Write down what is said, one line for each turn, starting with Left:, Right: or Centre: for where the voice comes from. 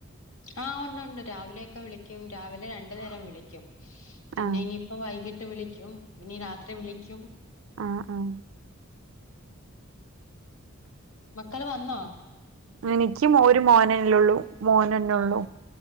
Left: ആഹ് ഉണ്ട് ഉണ്ട് രാവിലെയൊക്കെ വിളിക്കും രാവിലെ രണ്ട് നേരം വിളിക്കും പിന്നെ
Right: ആഹ്
Left: ഇനിയിപ്പ വൈകിട്ട് വിളിക്കും ഇനി രാത്രി വിളിക്കും
Right: ആഹ് ആഹ്
Left: മക്കള് വന്നോ
Right: എനിക്കും ഒരു മോനനില ഉള്ളൂ മോനന
Left: ആഹ്
Right: ഉള്ളൂ.